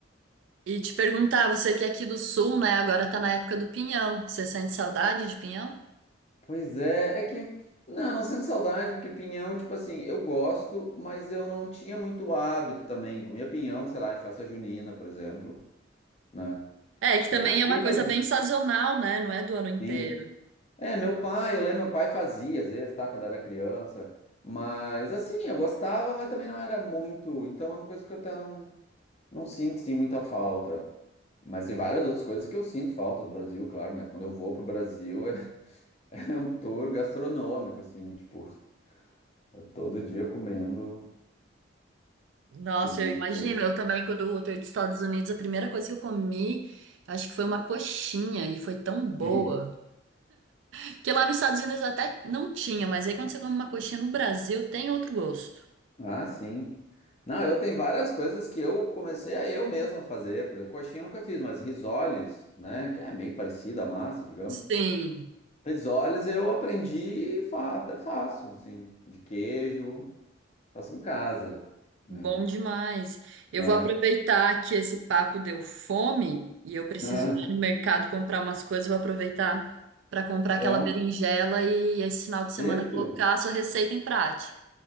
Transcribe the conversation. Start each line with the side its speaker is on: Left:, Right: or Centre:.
Right: E te perguntar, você que é aqui do sul, né? Agora tá na época do pinhão. Você sente saudade de pinhão?
Left: Pois é, é que não, não sinto saudade, porque pinhão, tipo assim, eu gosto, mas eu não tinha muito hábito também. Comia pinhão, sei lá, em festa junina, por exemplo, né?
Right: É, que também
Left: E às
Right: é
Left: vezes,
Right: uma coisa bem sazonal, né? Não é do ano inteiro.
Left: sim. É, meu pai, eu lembro, meu pai fazia às vezes, tá? Quando eu era criança. Mas assim, eu gostava, mas também não era muito. Então é uma coisa que eu até não, não sinto, sim, muita falta. Mas tem várias outras coisas que eu sinto falta do Brasil, claro, né? Quando eu vou pro Brasil, <laughs> é, é um tour gastronômico, assim, tipo. Eu todo dia comendo,
Right: Nossa,
Left: comendo
Right: eu imagino.
Left: coisa.
Right: Eu também, quando eu voltei dos Estados Unidos, a primeira coisa que eu comi, acho que foi uma coxinha e foi tão boa.
Left: Sim.
Right: Porque lá nos Estados Unidos até não tinha, mas aí quando você come uma coxinha no Brasil, tem outro gosto.
Left: Ah, sim. Não, eu tenho várias coisas que eu comecei a eu mesmo fazer. Por exemplo, coxinha eu nunca fiz, mas risoles, né? Que é meio parecida a massa, digamos.
Right: Sim.
Left: Risoles eu aprendi e fa até faço, assim, de queijo, faço em casa, né?
Right: Bom demais. Eu
Left: Né?
Right: vou aproveitar que esse papo deu fome e eu preciso
Left: <laughs> Ah,
Right: ir no mercado comprar umas coisas. Vou aproveitar para comprar
Left: Tá.
Right: aquela berinjela e esse final de semana
Left: Isso.
Right: colocar a sua receita em prática.